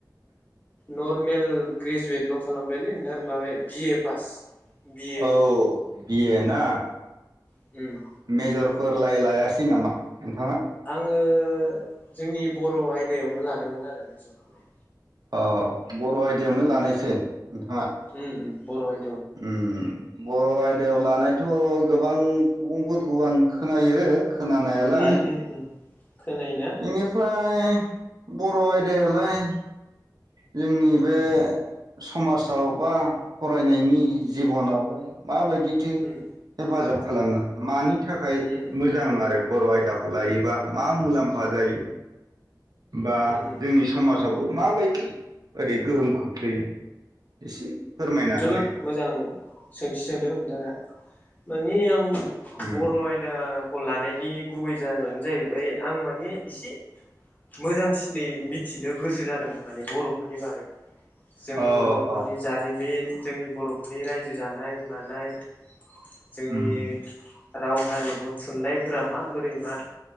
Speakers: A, on the left (about 25°); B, on the right (about 60°).
A: नर्म मेल! ग्रेजुवेटल' खालामबायलै नोंथां माबाय बिए पास बिए
B: औ बियो ना
A: उम
B: मेजरफोरलाय लायासै नामा नोंथाङा
A: ङो जोंनि बर' आयदायावनो लादोंमोन आरो मेजरखौलाय
B: अ! बर' आयदायावनो लानायसै नोंथाङा।
A: उम उम बर' आय
B: उम बर' आयदायाव लानायथ' गोबां सुबुंफोरखौ आं खोनायो खोनानायालाय।
A: उम उम उम खोनायोना।
B: बेनिफ्राय बर' आयदायालाय जोंनि बे समाजाव बा फरायनायनि जिबनावलाय माबायदि
A: उम
B: हेफाजाब। खालामो मानि था थाखाय
A: उम उम
B: मोजां
A: उम
B: आरो। बर' आयदाखौ लायोबा मा मुलाम्फा। फाजायो। बा
A: उम उम
B: जोंनि समाजावबो। माबायदि ओरै गोहोम खोख्लैयो? एसे फोरमायना
A: जोबोद
B: होनाय
A: मोजां सोंथि सोंदों नोंथाङा। माने! आं,
B: उम
A: बर' आयदाखौ लानायनि गुबै जा- जाहोनानो जाहैबाय आं माने इसे मोजांसिनै मिथिनो गोसो जादोंमोन माने, बर'फोरनि बारै जोंनि
B: अ
A: बर'। नि
B: अ
A: जारिमिन जोंनि। बर'फोरनि रायजो जानाय मानाय जोंनि
B: उम
A: राव हारिमु थुनलाइफोरा माबोरै मा।